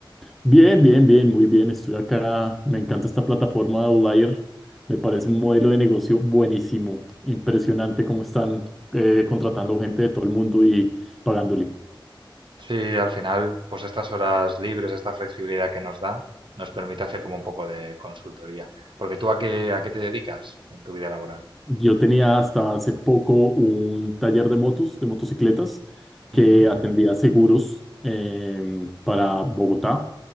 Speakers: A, in the centre; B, on the right.
A: Bien, bien, bien, muy bien. Estoy acá. Me encanta esta plataforma de Outlier. Me parece un modelo de negocio buenísimo. Impresionante cómo están eh, contratando gente de todo el mundo y pagándole.
B: Sí, al final, pues estas horas libres, esta flexibilidad que nos da, nos permite hacer como un poco de consultoría. Porque tú a qué, a qué te dedicas en tu vida laboral?
A: Yo tenía hasta hace poco un taller de motos, de motocicletas, que
B: Ujú,
A: atendía seguros em, para Bogotá.